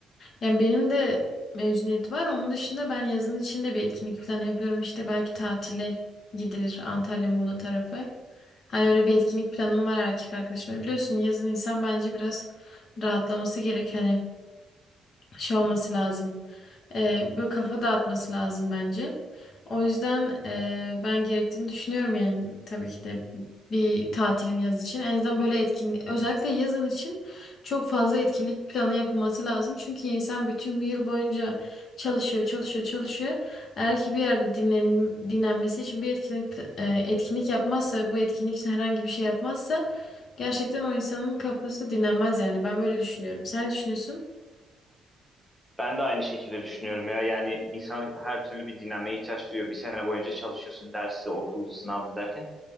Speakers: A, on the left; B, in the centre.
A: Yani benim de mezuniyet var. Onun dışında ben yazın içinde bir etkinlik planı yapıyorum. İşte belki tatile gidilir Antalya Muğla tarafı. Hani öyle bir etkinlik planım var erkek arkadaşımla. Biliyorsun yazın insan bence biraz rahatlaması gerek. Hani şey olması lazım. Ee, böyle kafa dağıtması lazım bence. O yüzden e, ben gerektiğini düşünüyorum yani tabii ki de bir tatilin yaz için. En azından böyle etkinlik özellikle yazın için çok fazla etkinlik planı yapılması lazım. Çünkü insan bütün bir yıl boyunca çalışıyor, çalışıyor, çalışıyor. Eğer ki bir yerde dinlen, dinlenmesi için bir etkinlik e, etkinlik yapmazsa ve bu etkinlik için herhangi bir şey yapmazsa gerçekten o insanın kafası dinlenmez yani. Ben böyle düşünüyorum. Sen ne düşünüyorsun?
B: Ben de aynı şekilde düşünüyorum ya. Yani insan her türlü bir dinlenmeye ihtiyaç duyuyor. Bir sene boyunca çalışıyorsun dersi, okuldu, sınavdı derken.